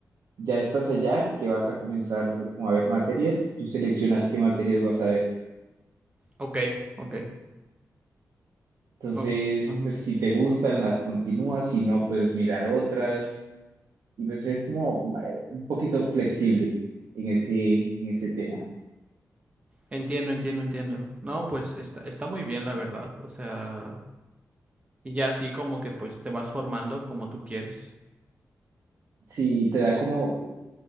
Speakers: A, on the right; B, on the right.
A: ya estás allá, que vas a comenzar como a ver materias, tú seleccionas qué materias vas a ver.
B: Ok, ok.
A: Entonces,
B: o- ujú.
A: pues si te gustan, las continúas, si no, puedes mirar otras. Y pues es como ma- un poquito flexible en ese, en ese tema.
B: Entiendo, entiendo, entiendo. No, pues está, está muy bien, la verdad. O sea, y ya así como que pues te vas formando como tú quieres.
A: Sí, te da como,